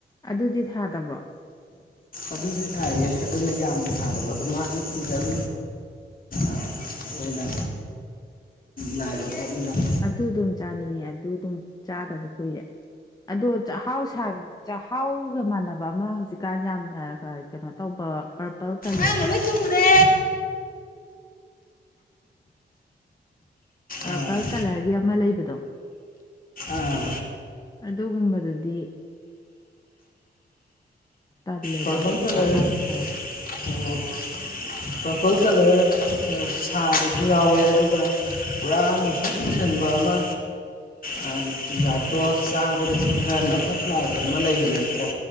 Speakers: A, on the left; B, on the left.
A: ꯑꯗꯨꯗꯤ ꯊꯥꯗꯕ꯭ꯔꯣ
B: ꯑꯗꯨꯁꯨ ꯊꯥꯏꯌꯦ ꯑꯗꯨꯅ ꯌꯥꯝꯅ ꯊꯥꯗꯕ ꯑꯗꯨ ꯃꯥꯗꯤ ꯐꯤꯖꯟ ꯑꯣꯏꯅ ꯂꯥꯏ ꯂꯐꯠ ꯃ ꯇ <inaudible>
A: ꯑꯗꯨ ꯑꯗꯨꯝ ꯆꯥꯅꯤꯡꯉꯦ ꯑꯗꯨ ꯑꯗꯨꯝ ꯆꯥꯗꯕ ꯀꯨꯏꯔꯦ ꯑꯗꯣ ꯆꯥꯛꯍꯥꯎ-ꯆꯥꯛꯍꯥꯎꯒ ꯃꯥꯟꯅꯕ ꯑꯃ ꯍꯧꯖꯤꯛꯀꯥꯟ ꯌꯥꯝꯅ ꯀꯩꯅꯣ ꯇꯧꯕ ꯄꯔꯄꯜ ꯀꯜꯂꯔ
B: ꯑꯉꯥꯡꯒ ꯂꯣꯏ ꯇꯨꯝꯈ꯭ꯔꯦ
A: ꯄꯔꯄꯜ
B: ꯑꯥ
A: ꯀꯂꯔꯒꯤ ꯑꯃ ꯂꯩꯕꯗꯣ
B: ꯑꯥ
A: ꯑꯗꯨꯒꯨꯝꯕꯗꯨꯗꯤ ꯇꯜꯂꯦꯕ
B: ꯄꯄꯜ
A: ꯑꯃꯨꯛ
B: ꯀꯂꯔ
A: ꯆꯥꯛꯍꯥꯎ ꯃꯥꯅꯁꯨ
B: ꯑꯣ ꯄꯄꯜ ꯀꯜꯔ ꯁꯥꯕꯁꯨ ꯌꯥꯎꯋꯦ ꯑꯗꯨꯒ ꯄꯨꯔꯥ ꯃꯨꯁꯤꯠ ꯃꯨꯁꯟꯕ ꯑꯃ <unintelligible> ꯑ ꯌꯥꯗꯣ ꯆꯥꯕꯗꯁꯨ ꯈꯔ ꯅ ꯃ ꯂꯑꯣ <unintelligible> ꯑꯃ ꯂꯩꯕꯅꯦꯕꯀꯣ